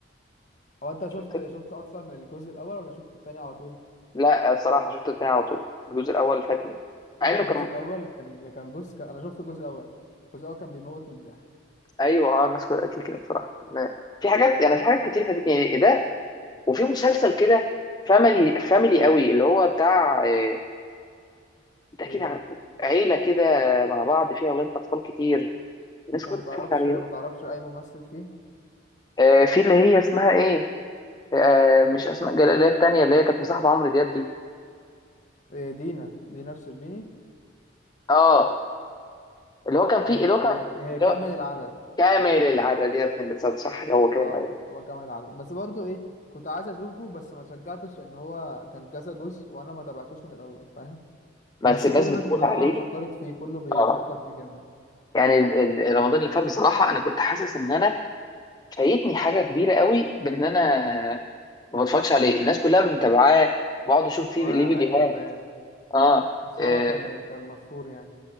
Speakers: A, on the left; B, on the left.
A: هو انت شفت
B: شفت
A: شفت اصلا الجزء الاول ولا شفت التاني على طول
B: لا الصراحه شفت اتنين على طول الجزء الاول فاتني مع
A: عارف
B: انه
A: الجزء
B: كان
A: الاول كان كان بص كان انا شفت الجزء الاول الجزء الاول كان بيموت من الضحك
B: ايوه اه الناس كلها قالت لي كده بصراحه ما- في حاجات يعني في حاجات كتير فاتتني يعني إيه ده وفي مسلسل كده فاميلي فاميلي قوي اللي هو بتاع آه، ده اكيد
A: ايه
B: عارفه عيله كده مع بعض فيها اولاد اطفال كتير الناس
A: طب
B: كلها
A: ما تعرفش
B: بتتفرج عليه
A: ما
B: بقى.
A: تعرفش اي ممثل فيه
B: آه في اللي هي اسمها ايه آه مش اسماء جلال اللي هي التانيه اللي هي كانت مصاحبه عمرو دياب دي
A: إيه دينا دينا الشربيني
B: اه اللي هو كان فيه
A: ايوه
B: اللي هو كان
A: ايوه إيه
B: اللي
A: كمل
B: هو
A: العدد
B: كامل العدد يا ابن الانسان صح هو كده
A: اه
B: الأول.
A: هو كمل العدد بس برضو ايه كنت عايز اشوفه بس ما شجعتش ان هو كان كذا جزء وانا ما تابعتوش من الاول فاهم
B: بس
A: بس
B: الناس
A: كل الناس
B: بتقول
A: الصراحه
B: عليه
A: شكرت فيه كله بيشكر
B: اه
A: فيه جامد
B: يعني ال- ال- رمضان اللي فات بصراحه انا كنت حاسس ان انا فايتني حاجه كبيره قوي بان انا ما بتفرجش عليه الناس كلها متابعاه بقعد اشوف فيه
A: وه-
B: ليه فيديوهات
A: ايوه فاهم
B: اه
A: بس
B: آه،
A: هو كان كان مشهور يعني